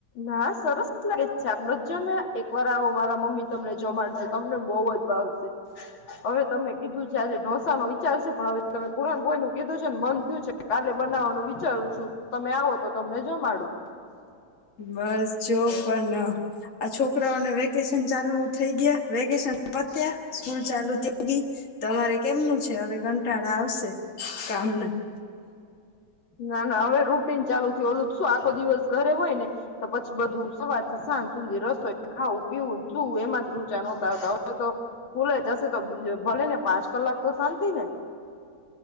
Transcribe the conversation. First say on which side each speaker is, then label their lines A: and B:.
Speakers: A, on the left; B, on the left.
A: ના સરસ છે આપને જ જમ્યા એક વાર આવો મારા મમ્મી તમને જમાડશે તમને બહુ જ ભાવશે હવે તમે કીધું છે આજેઢંસો વિચાર છે પણ હવે તમે પુરણપુરી નું કીધું છે મન થયું છે. કાલે બનાવવાનું વિચારું છું તમે આવો તો તમને જમાડું.
B: બસ જો પણ આ છોકરાઓને વેકેશ શન ચાલુ થઈ ગયા વેકેશન પત્યા સ્કૂલ ચાલુ થઈ ગઈ. તમારે કેમનું છે હવે કંટાળા આવશે કામના. <inaudible>
A: ના ના હવે રૂટીન ચાલુ થયું ઓલું આખો દિવસ ઘરે હોય ને તો પછી બધું સવાર થી સાંજ સુધી રસોઈ ખાવું પીવું સુવું એમાંથી ઊંચા નહોતા આવતા હવે તો સ્કૂલે જશે તો ભલે ને પાંચ કલાક તો શાંતિ ને. <inaudible>